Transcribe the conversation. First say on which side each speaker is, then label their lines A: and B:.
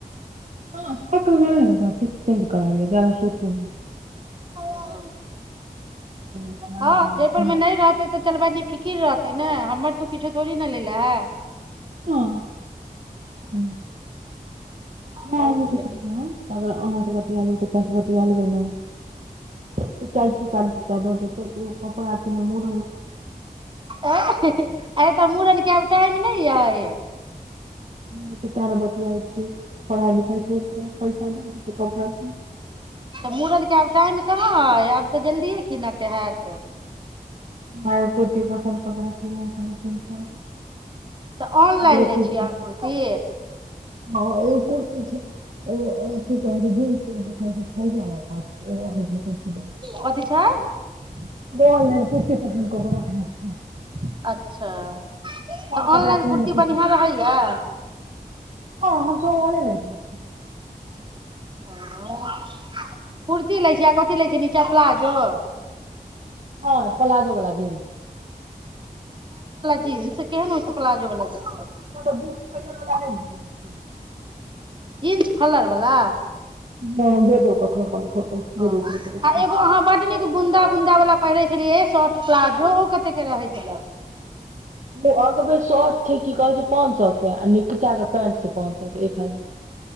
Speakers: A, on the right; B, on the right.
A: हँ स के दातिक चेंज करा लिया जादा सोचू न
B: ह
A: छी
B: हँ जयपुर मे नई रहतै तऽ चल भाई निफिकी फिर रहतै नय हम्मर तू किछो थोड़ी न लेल ह <inaudible>
A: हँ <unintelligible> लालू
B: हो गेलै
A: चच्चासं बतीया लेबय न त' चालीस सए चालीस रुपैया द खियौ कहियो कपड़ा किनयमे म <unintelligible>
B: अय हे हे हे आये त मुरन कर टाइम नहि अय
A: नहि तन बतिआइ छी पढ़ाई लिखाइ छोइड़कें पैसा द दे <unintelligible>
B: तऽ मूड़नके आब टाइम कहाँ अइ आब तऽ जल्दिए कीनऽ के हैत
A: <unintelligible> <unintelligible>
B: तऽ ऑनलाइन लै छियै अहाँ कुर्ती कथी छै
A: कयमे रखने छियै
B: अच्छा
A: सब
B: तऽ
A: कपड़ा
B: ऑनलाइन
A: पहिनै
B: कुर्ती
A: छियै
B: बढ़िआँ रहैया
A: हँ हम सभ औनेलाइन
B: हं कुर्ती लै छै आ कथी लै छै नीचा प्लााजो
A: हँ प्लााजो वला जीन्स
B: जीन्स केहन होइ छै प्लाजो बला जीन्स
A: कत्ते जीन्स फैलल बला नै रहय हं
B: न्स फलर बला
A: हम भेजब कखनो अपन फोटो भेजै
B: ओ
A: छी रुकू देखियौ
B: आ एगो अहाँ बड नीक बूंदा बुंदा वाला पहिरय छलियै शट प्लाजो ओ कते के रहै छलय
A: ओ अगबे शट छै की कहय छै पाँच सौ के आ नीचाके पेंट छै पाँच सौ के एक हजार